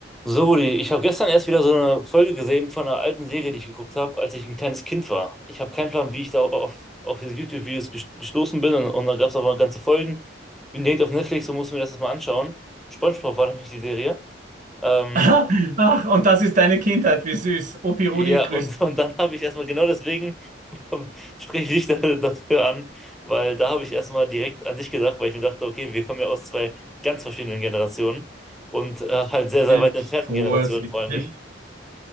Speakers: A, in the centre; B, on the right.
A: So, Rudi, ich habe gestern erst wieder so eine Folge gesehen von einer alten Serie, die ich geguckt habe, als ich ein kleines Kind war. Ich habe keinen Plan, wie ich da auf, auf diese YouTube-Videos ges- gestoßen bin und, und da gab es auch mal ganze Folgen. Bin direkt auf Netflix und musste mir das jetzt mal anschauen. SpongeBob war nämlich die Serie. Ähm,
B: <laughs> Ach, und das ist deine Kindheit, wie süß. Opi
A: ja,
B: Rudi grüßt
A: und, <laughs> und dann habe ich erstmal genau deswegen <laughs> spreche ich dich da, dafür an, weil da habe ich erstmal direkt an dich gedacht, weil ich mir dachte, okay, wir kommen ja aus zwei ganz verschiedenen Generationen und äh, halt
B: vorsichtig,
A: sehr, sehr weit entfernten Generationen vor allen
B: vorsichtig.
A: Dingen.